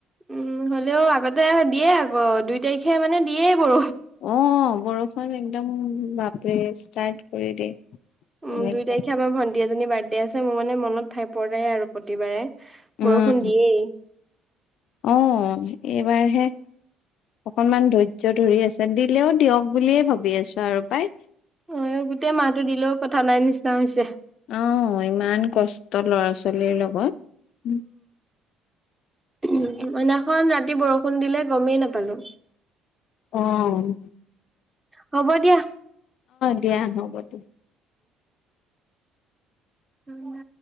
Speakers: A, on the right; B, on the left.
A: উম, হ'লেও আগতে দিয়ে আকৌ দুই তাৰিখে মানে দিয়েই বৰ
B: অ', বৰষুণ একদম বাপৰে ষ্টাৰ্ট কৰি দিয়ে।
A: উম,
B: এনেকুৱা।
A: দুই তাৰিখে আমাৰ ভন্টি এজনী বাৰ্থডে আছে মোৰ মানে মনত থাই পৰেৰে আৰু প্ৰতিবাৰে।
B: উম,
A: বৰষুণ দিয়েই
B: আহ এইবাৰহে। অকনমান ধৈৰ্য ধৰি আছে দিলেও দিয়ক বুলিয়ে ভাবি আছো আৰু পায়।
A: অ', গোটেই মাহো দিলেও কথা নাই নিচিনা হৈছে।
B: অ', ইমান কষ্ট লৰা ছোৱালীৰ লগত উম।
A: সেইদিনাখন ৰাতি বৰষুণ দিলে গমেই নাপালো।
B: অ',
A: হ'ব দিয়া।
B: দিয়া হ'ব দিয়া।
A: উম।